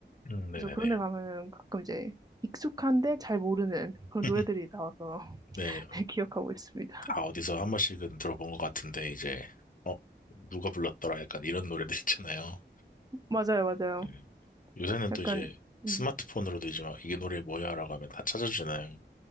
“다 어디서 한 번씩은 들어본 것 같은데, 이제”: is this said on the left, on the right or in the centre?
Left